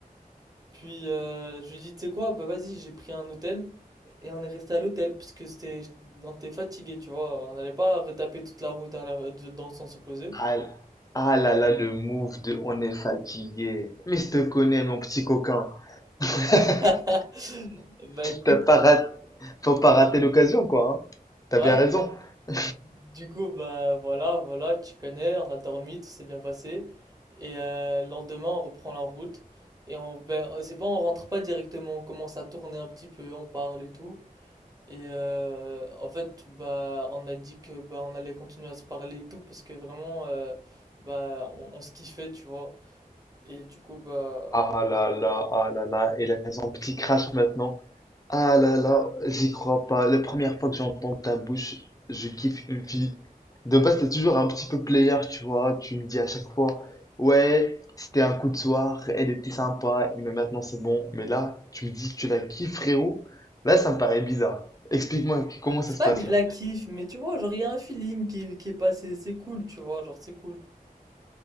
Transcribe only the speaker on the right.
Puis euh, je lui dis, tu sais quoi, bah vas-y, j'ai pris un hôtel et on est resté à l'hôtel parce que c'était, on était fatigué, tu vois, on n'allait pas retaper toute la route à la- de- dans le sens opposé.
<laughs> Bah écoute,
ouais,
bah,
du coup, bah voilà, voilà, tu connais, on a dormi, tout s'est bien passé. Et euh, le lendemain, on reprend la route. Et on, ben, c'est pas, on rentre pas directement, on commence à tourner un petit peu, on parle et tout. Et euh, en fait, bah, on a dit que bah, on allait continuer à se parler et tout parce que vraiment, euh, bah, on, on se kiffait, tu vois. Et du coup, bah,
c'est
pas
que je
la kiffe, mais tu vois, genre, il y a un feeling qui, est- qui est passé, c'est cool, tu vois, genre, c'est cool.